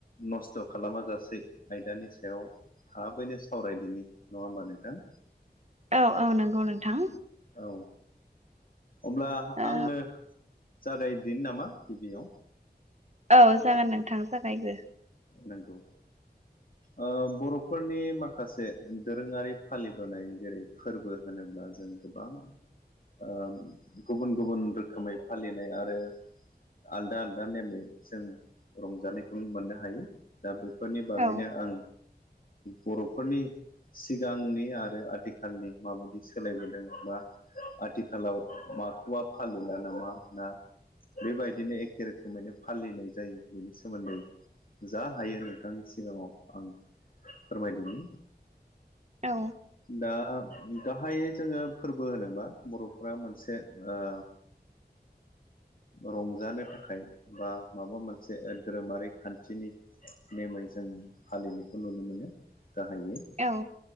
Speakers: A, on the left; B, on the right.
A: नस्थ' खालामाजासे आयदानि सायाव थाबैनो सावरायदिनि नङा होमबा नोंथां?
B: औ औ नंगौ नोंथां।
A: औ अब्ला
B: ओ
A: आंनो जागायदिनि नामा गिबियाव।
B: औ जागोन नोंथां जागायग्रो।
A: नंगौ। ओ बर'फोरनि माखासे दोरोङारि फालिबोनाय जेरै फोरबो होनोब्ला जों गोबां ओ गुबुन गुबुन रोखोमै फालिनाय आरो आलदा आलदा नेमै जों रंजानायखौ मोननो हायो दा बेफोरनि बागैनो
B: औ
A: आं बर'फोरनि सिगांनि आरो आथिखालनि माबायदि सोलायबोदों बा आथिखालाव माखौबा फालिला नामा ना बेबायदिनो एखे रोखोमैनो फालिनाय जायो बेनि सोमोन्दै जा हायो नोंथांनि सिगाङाव आं फोरमायदिनि
B: औ
A: दा गाहायै जोङो फोरबो होनोबा बर'फोरा मोनसे‌ ओ रंजानो थाखाय बा माबा मोनसे धोरोमारि खान्थिनि नेमै जों फालिनायखौ नुनो मोनो गाहायै
B: औ